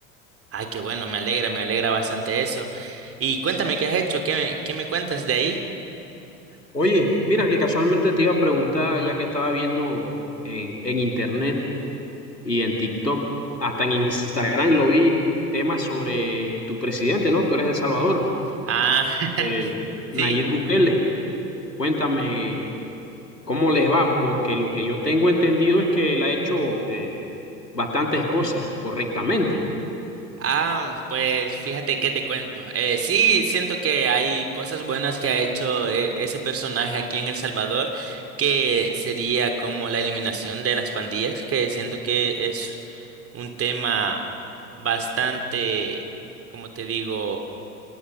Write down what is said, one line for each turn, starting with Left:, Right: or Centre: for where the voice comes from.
Right: Ay, qué bueno, me alegra, me alegra bastante eso. Y cuéntame
Left: Sí.
Right: qué has hecho, qué me, qué me cuentas de ahí.
Left: Oye, mira que casualmente te iba a preguntar, ya que estaba viendo en, en internet y en TikTok, hasta en Instagram lo vi, temas sobre tu presidente, ¿no? Tú eres de El Salvador,
Right: Ah, <laughs>
Left: eh, Nayib
Right: sí.
Left: Bukele. Cuéntame cómo les va, porque lo que yo tengo entendido es que él ha hecho eh, bastantes cosas correctamente.
Right: Ah, pues fíjate que te cuento. Eh, sí, siento que hay cosas buenas que ha hecho eh, ese personaje aquí en El Salvador, que sería como la eliminación de las pandillas, que siento que es un tema bastante, como te digo,